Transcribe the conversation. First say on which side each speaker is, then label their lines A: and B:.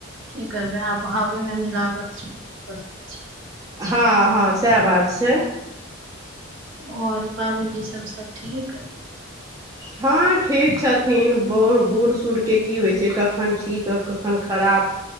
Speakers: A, on the right (about 65°); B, on the right (about 15°).
A: की करबै आब हावे में मिलावट छै तऽ की कऽ सकै छी।
B: हाँ हँ सएह बात छै।
A: और बाबूजी सब सब ठीक।
B: हँ ठीक छथिन, बढ़ बूढ़ सूढ़ के की होइ छै, कखन ठीक कखन खराब